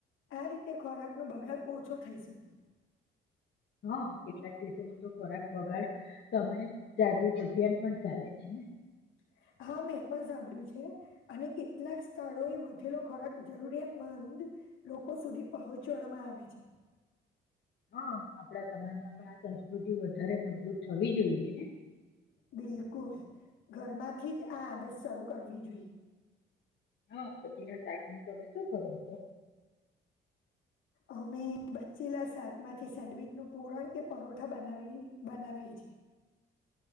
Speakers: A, on the left (about 85°); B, on the left (about 60°).
A: આ રીતે ખોરાકનો બગાડ ઓછો થઈ શકે.
B: હ કેટલાક દેશોમાં તો ખોરાક બગાડ તમે જાગૃત અભિયાન પણ ચાલે છે, ને
A: <unintelligible> હા મે પણ સાંભળ્યું છે, અને કેટલાક સ્થળો એ વધેલો ખોરાક જરૂરિયાતમંદ લોકો સુધી પહોંચાડવામાં આવે છે,
B: હ આપણા સમાજમાં પણ આ સંસ્કૃતિ વધારે મજબૂત થવી જોઈએ, ને
A: બિલકુલ ઘરમાંથી જ આ આદત શરૂ કરવી જોઈએ.
B: હ બચેલા શાક નું તમે શું કરો છો?
A: અમે બ બચેલા શાક માંથી સેન્ડવીચ નું પૂરણ કે પરોઠા બનાવી બનાવીએ છીએ.